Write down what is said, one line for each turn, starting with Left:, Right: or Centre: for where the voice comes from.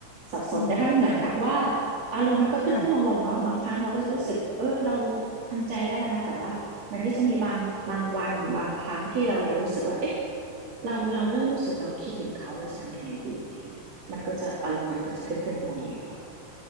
Right: สับสนแต่มันเหมือนกับว่า
Left: มค่ะ
Right: อารมณ์มันก็ขึ้นขึ้นลงลงเนาะบางครั้งเราก็จะรู้สึกเออเรา
Left: ค่ะ
Right: ทำใจได้แล้วนะแต่ว่ามันก็จะมีบางบางวันบางครั้งที่เรายังรู้สึกว่าเอ๊ะเราเราเริ่มรู้สึกเราคิดถึงเขาแล้วจะทำยังไงดีอะไรเงี้ย มันก็จะอารมณ์มันก็จะขึ้นขึ้นลงลงอยู่อะ